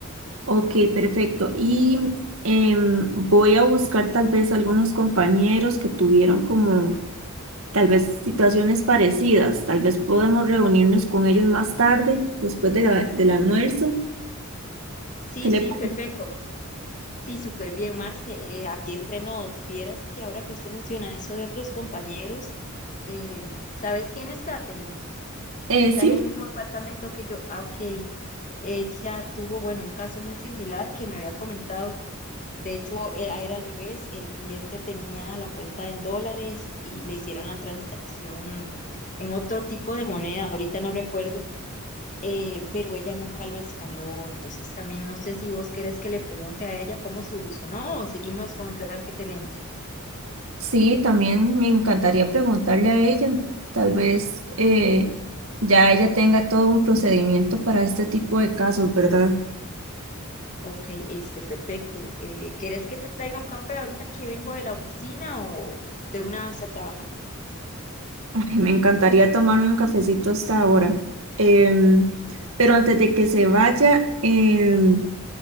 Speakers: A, on the right (about 70°); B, on the left (about 35°).
A: Ok, perfecto. Y em, voy a buscar tal vez algunos compañeros que tuvieron como tal vez situaciones parecidas. Tal vez podemos reunirnos con ellos más tarde, después de la- del almuerzo.
B: Sí,
A: ¿Qué le
B: sí,
A: parece?
B: perfecto. Sí, súper bien, Marce. Eh, aquí entre nos, vieras que ahora que usted menciona eso de otros compañeros, eh, ¿sabes quién es Katherine?
A: Eh,
B: Está
A: sí.
B: en el mismo departamento que yo. Ah, ok. Ella tuvo, bueno, un caso muy similar que me había comentado. De hecho, eh, era al revés, el cliente tenía la cuenta en dólares y le hicieron la transacción en otro tipo de moneda, ahorita no recuerdo, eh, pero ella nunca lo escaló. Entonces, también no sé si vos querés que le pregunte a ella cómo solucionó o seguimos con el plan que tenemos.
A: Sí, también me encantaría preguntarle a ella. Tal vez eh, ya ella tenga todo un procedimiento para este tipo de casos, ¿verdad?
B: Ok, este, perfecto. Eh, ¿querés que te traiga un café ahorita que vengo de la oficina o de una vez a trabajar?
A: Ay, me encantaría tomarme un cafecito hasta ahora. Em, pero antes de que se vaya, em,